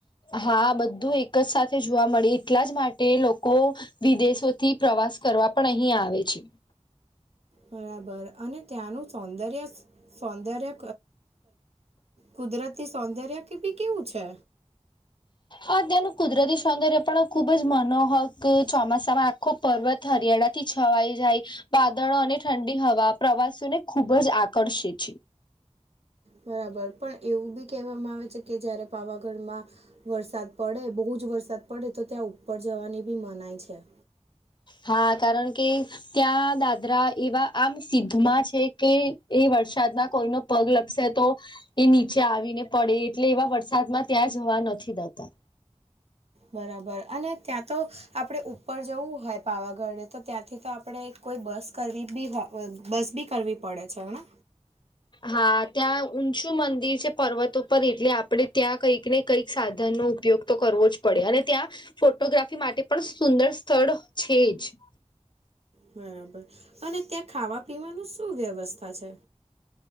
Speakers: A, on the left; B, on the right.
A: હા બધું એક જ સાથે જોવા મળે એટલા જ માટે લોકો વિદેશો થી પ્રવાસ કરવા પણ અહીં આવે છે.
B: બરાબર અને ત્યાંનું સૌંદર્ય સૌંદર્ય કુદરતી સૌંદર્ય કીપી કેવું છે?
A: અ અત્યંનું કુદરતી સૌંદર્ય પણ ખુબ જ મનોહક ચોમાસામાં આખો પર્વત હરિયાણા થી છવાઈ જાય વાદળો અને ઠંડી હવા પ્રવાસીઓને ખુબ જ આકર્ષે છે.
B: બરાબર પણ એવું બી કહેવામાં આવે છે, કે જયારે પાવાગઢમાં વરસાદ પડે બહુ જ વરસાદ પડે તો ત્યાં ઉપર જવાની બી મનાય છે.
A: હા કારણ કે ત્યાં દાદરા એવા આમ સિદ્ધમાં છે, કે એ વરસાદના કોઈનો પગ લગશે તો એ નીચે આવીને પડે એટલે એવા વરસાદમાં ત્યાં જવા નથી દેતા
B: બરાબર અને ત્યાં તો આપણે ઉપર જવું હોય પાવાગઢે તો ત્યાંથી તો આપણે કોઈ બસ કરવી બી હો બસ બી કરવી પડે છે, હેને
A: હા ત્યાં ઊંચું મંદિર છે, પર્વતો પરર એટલે આપડે ત્યાં કંઈકને કંઈક સાધનનો ઉપયોગ તો કરવો જ પડે અને ત્યાં ફોટોગ્રાફી માટે પણ સુંદર સ્થળ છે, જ
B: બરાબર અને ત્યાં ખાવા પીવાનું શું વ્યવસ્થા છે.